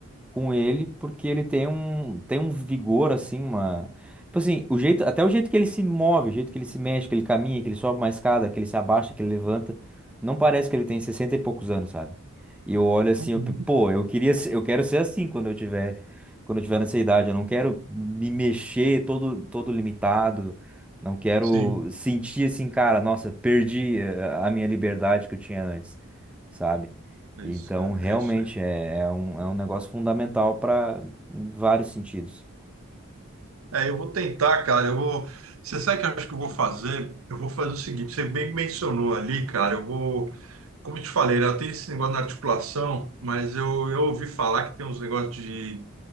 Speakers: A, in the centre; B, on the right.
A: com ele, porque ele tem um, tem um vigor, assim, uma. Tipo assim, o jeito, até o jeito que ele se move, o jeito que ele se mexe, que ele caminha, que ele sobe uma escada, que ele se abaixa, que ele levanta, não parece que ele tem 60 e poucos anos, sabe? E eu olho assim,
B: Uhum.
A: eu, pe- pô, eu queria, ser- eu quero ser assim quando eu tiver, quando eu tiver nessa idade, eu não quero me mexer todo, todo limitado. Não quero
B: Sim,
A: sentir assim, cara, nossa, perdi eh, a minha liberdade que eu tinha antes, sabe?
B: é
A: Então,
B: isso, cara.
A: realmente
B: É isso aí.
A: é, é um, é um negócio fundamental para vários sentidos.
B: É, eu vou tentar, cara. Eu vou. Você sabe o que eu acho que eu vou fazer? Eu vou fazer o seguinte: você bem mencionou ali, cara. Eu vou. Como eu te falei, né, eu tenho esse negócio na articulação, mas eu, eu ouvi falar que tem uns negócios de